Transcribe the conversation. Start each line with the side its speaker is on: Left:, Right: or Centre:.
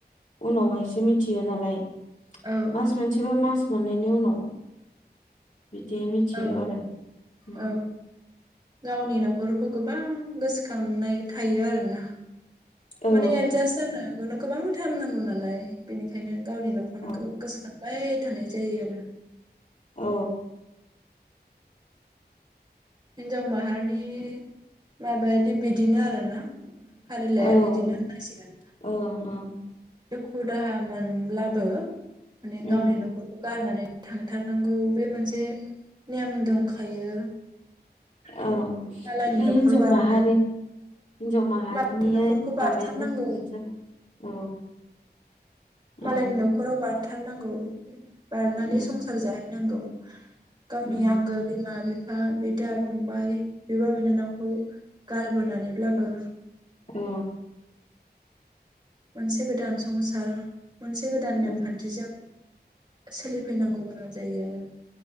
Left: उनावहायसो मिथियो नालाय
Right: औ
Left: मास
Right: औ
Left: मोनसेबा मास मोननायनि उनाव बिदि मिथियो
Right: औ
Left: आरो ओम
Right: औ गावनि न'खरखौ गोबां गोसोखांनाय थायो आरोना
Left: औ
Right: माने एजास जानो बेनो गोबांथाइम नांगौ नालाय बेनिखायनो गावनि न'खौनो
Left: औ
Right: गोसोखां बाय थानाय जायो आरो
Left: औ।
Right: हिन्जाव माहारिनि माबायादि बिदिनो आरोना
Left: औ
Right: फारिलाइआ बिदिनो होननांसिगोन
Left: औ औ
Right: दुखु दाहा मोनब्लाबो माने
Left: उम
Right: गावनि न'खरखौ गारनानै थांथारनांगौ बे मोनसे नेम दंखायो
Left: औ
Right: मालायनि
Left: बे
Right: न'खर
Left: हिनजाव
Right: बारनाय
Left: माहारि हिनजाव माहारिनि
Right: मालायनि न'खरखौ बारथारनांगौ
Left: माबायानो बिदिनो जाबाय औ
Right: मालनि
Left: औ
Right: न'राव बा बारथारनांगौ बारनानै
Left: उम
Right: संसार जाहैनांगौ <inaudible> गावनि
Left: उम
Right: आंगो बिमा बि बिफा बिदा फंबाय बिब'-बिनानावखौ गारबोनानैब्लाबो
Left: औ।
Right: मोनसे गोदान संसार मोनसे गोदान नेमखान्थिजों
Left: उम
Right: सोलिफैनांगौ जायो आरो